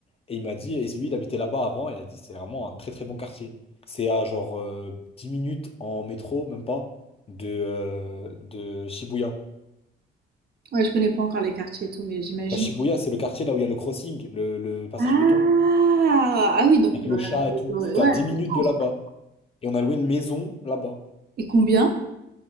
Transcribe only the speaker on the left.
Et il m'a dit, et lui, il habitait là-bas avant. Et il a dit, c'est vraiment un très très bon quartier. C'est à genre euh, 10 minutes en métro, même pas, de, euh, de Shibuya.
Bah, Shibuya, c'est le quartier là où il y a le crossing, le, le passage
piéton,
avec le
chat et tout.
C'était
à 10
minutes
de là-bas. Et on a loué une maison là-bas.